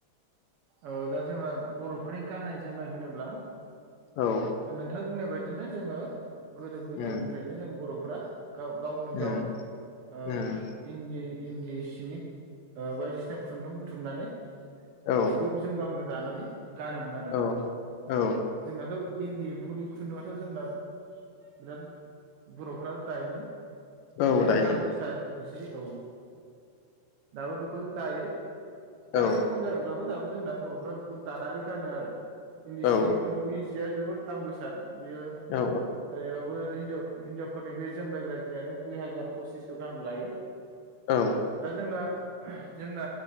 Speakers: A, on the right (about 75°); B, on the left (about 75°).
A: औ दा जोंना बरफोरनि गान्नाय जोमनाय होनोब्ला
B: औ
A: नोंथां बुंनाय बा बिदिनो जोङो गोदो गोदायनिफ्रायनो
B: उम
A: जों बर' फोरा ग-गावनो
B: उम
A: गाव ओ
B: उम
A: इन्दि इन्दि सिनिक ओ बायदिसिना खुन्दुं बुथुमनानै
B: औ
A: जिखौ जों गावनो दानानै गानोमोन आरो।
B: औ औ
A: जोंनाथ' इन्दि एम्फौनि खुन्दुआथ' जोंना बिराद बर'फोरा दायोमोन।
B: औ
A: बे
B: दायोमोन
A: दाम गोसा जि औ दाबो बेखौ दायो। दा
B: औ
A: एसे खम जा दाबो जोंना बर'फ्रा बेखौ दा खानानै गानो आरो इन्दि
B: औ
A: सिनि खुन्दुंनि जिया जोबोर दाम गोसा। बेयो
B: औ
A: ओरैबाबो हिनजावफोरनि बे जोमबायग्रा जियानो दुइ हाजार पसिस्स' गाहाम लायो।
B: औ
A: दा जोंना जोंना